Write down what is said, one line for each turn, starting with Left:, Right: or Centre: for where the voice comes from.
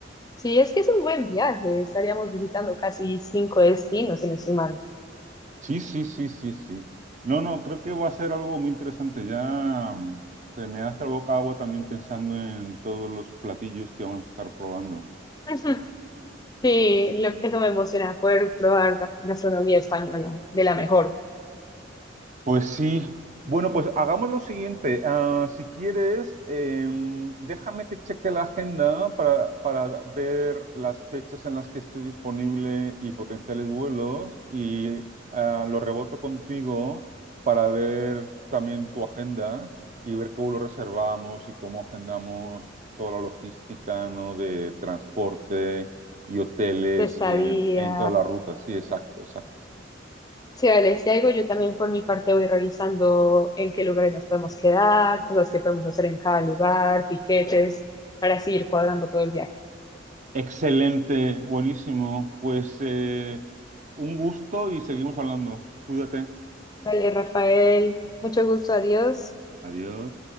Left: Sí, es que es un buen viaje. Estaríamos visitando casi cinco destinos, si no estoy mal.
Right: Sí, sí, sí, sí, sí. No, no, creo que va a ser algo muy interesante. Ya mm, se me hace la boca agua también pensando en todos los platillos que vamos a estar probando.
Left: <laughs> Sí, lo, eso me emociona, poder probar la gastronomía española de la mejor.
Right: Pues sí. Bueno, pues hagamos lo siguiente. Ah, si quieres, em, déjame que cheque la agenda para, para ver las fechas en las que estoy disponible y potenciales vuelos y ah, lo reboto contigo para ver también tu agenda y ver cómo lo reservamos y cómo agendamos toda la logística, ¿no? de transporte y hoteles
Left: De estadía.
Right: eh, en todas las rutas. Sí, exacto, exacto.
Left: Sí, vale, si algo yo también por mi parte voy revisando en qué lugares nos podemos quedar, cosas que podemos hacer en cada lugar, tiquetes, para así ir cuadrando todo el viaje.
Right: Excelente, buenísimo. Pues eh, un gusto y seguimos hablando. Cuídate.
Left: Vale, Rafael, mucho gusto, adiós.
Right: Adiós.